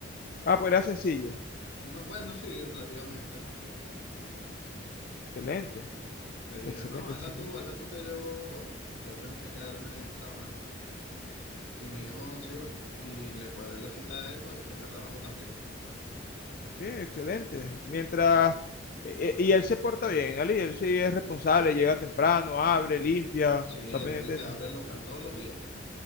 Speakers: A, on the left; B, on the left.
A: Ah, pues era sencillo.
B: No, bueno, sí, relativamente.
A: Excelente,
B: Le dije,
A: excelente,
B: no, hazla
A: excelente.
B: tú, hazla tú que yo, yo tengo que quedarme trabajando. Y me dijo, sí va. Y le cuadré la cita a él para que tenga trabajo también.
A: Sí, excelente. Mientras, eh, eh, y él se porta bien, Ali, él sí es responsable, llega temprano, abre, limpia,
B: Sí,
A: está
B: él
A: pendiente
B: es el que
A: de
B: abre
A: todo.
B: el local todos los días.